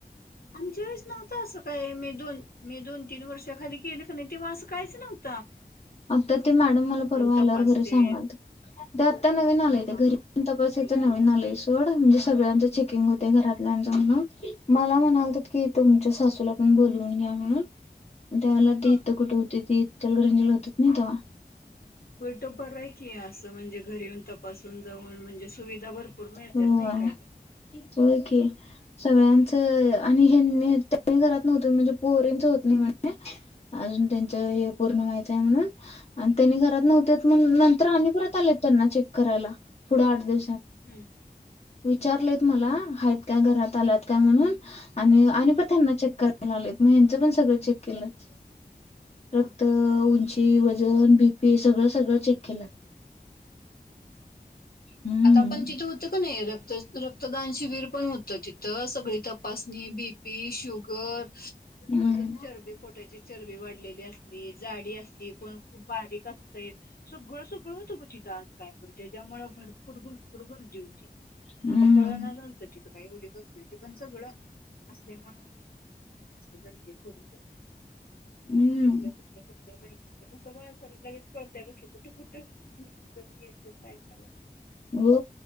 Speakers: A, on the left; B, on the left.
A: आमच्या वेळेस नव्हत असं काही मे दोन मे दोन तीन वर्ष त्याच्या खाली के नाही तेव्हा असं कायचं नव्हत
B: आता ते मॅडम मला परवा
A: तपासते
B: आल्यावर घरी सांगालत्या ते आत्ता नवीन आलेय
A: हा
B: ते
A: हा
B: घरी
A: हा
B: तपसायच ते नवीन आलय सोड म्ह सगळ्यांचं चेकिंग होत घरातल्यांच म्हन मला म्हणालतीत की तुमच्या सासूला पण बोलवून घ्या म्हणून त्या वेळला
A: हा
B: ते इथं कुठे होती ती जीला होतो कनी तेव्हा
A: उलट परय कि आस असं म्हणजे घरी येऊन तपास जाऊन म्हणजे सुविधा भरपूर मिळतात
B: होय
A: नाही काय तर.
B: होय की सगळ्यांच आणि हेंनी घरात नव्हत म्हणजे पोरींच होत नाही म्हण अजून त्यांचे हे पूर्ण व्हायचंय म्हणून आणि त्यांनी घरात न्हवते म्हणून नंतर आणि परत आलेत त्यांना चेक करायला पूढ आठ दिव
A: हम्म
B: विचारलेत मला हायेत का घरात आलात का म्हणून आणि आणि परत त्यांना चेक कर मग ह्यांचं पण सगळं चेक केलंत रक्त
A: हा.
B: उंची ते वजन बी पी सगळ सगळं चेक अखला हम्म
A: आता आपण तिथे का नाही रक्त रक् मक्तदान शिबीर पण तर तिथं सगळी तपासणी बीपी, शुगर, अजून
B: हम्म
A: वजून चरबी पोटाची. चरबी वाढलेली असली, जाडी असती, कोण खूप बारीक असतय, सगळं सगळं होत ग तिथ काय पण त्याच्यामुळ भरपूर भरपूर गर्दी होती,
B: हम्म
A: असं कळना झालं तिथं काही एवढी गर्दी होती पण सगळं असल्यामुं गर्दी थोडीस.
B: हम्म
A: कुठले कुठलेुठले कसं बारसाला लगेच कळते कुठं येत्यात बाईक आलय.
B: हो